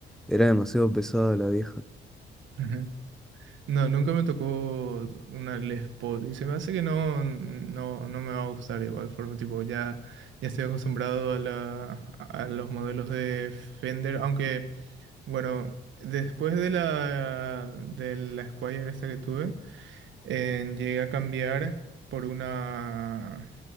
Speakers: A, in the centre; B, on the right.
A: era demasiado pesada la vieja.
B: Ujú. No, nunca me tocó una Les Paul y se me hace que no, no, no me va a gustar de igual forma, tipo, ya, ya estoy acostumbrado a la, a los modelos de Fender, aunque, bueno, después de la, de la Squier esta que tuve, eh, llegué a cambiar por una,